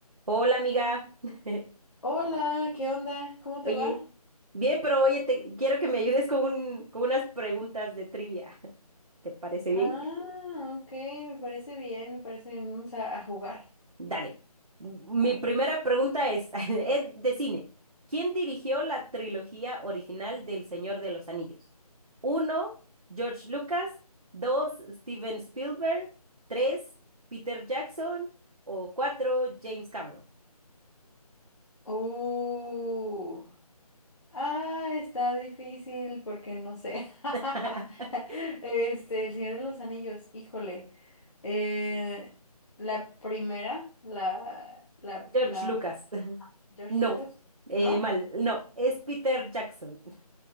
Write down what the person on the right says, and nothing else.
Hola, amiga. <laughs>
Oye,
bien, pero oye, te quiero que me ayudes con un- con unas preguntas de trivia. <laughs> ¿Te parece
bien?
Dale. Mi
primera pregunta es, <laughs> es de cine. ¿Quién dirigió la trilogía original del Señor de los Anillos? Uno, George Lucas. Dos, Steven Spielberg. Tres, Peter Jackson. O cuatro, James Cameron.
<laughs>
George
Lucas.
No,
eh,
mal, no, es Peter Jackson. <laughs>